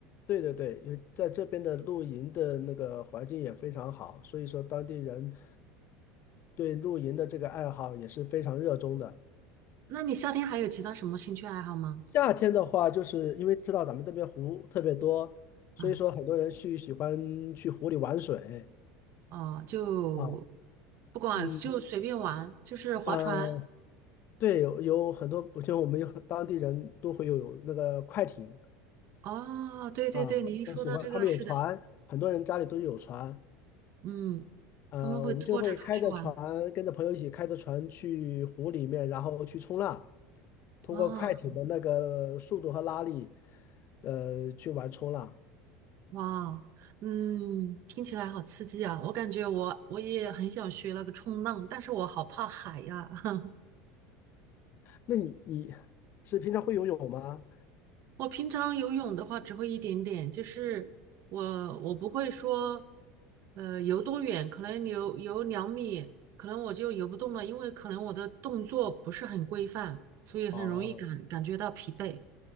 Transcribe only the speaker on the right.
那你夏天还有其他什么兴趣爱好吗？
啊、哦，就
不管就随便玩，
就是划船。
哦，对对对，
你一说到这个，
是的，
嗯，
他们会拖着出去玩。
哦。
哇，嗯，听起来好刺激啊！我感觉我我也很想学那个冲浪，但是我好怕海呀。<laughs>
我平常游泳的话只会一点点，就是我我不会说，呃，游多远，可能游游两米，可能我就游不动了，因为可能我的动作不是很规范，所以很容易感感觉到疲惫。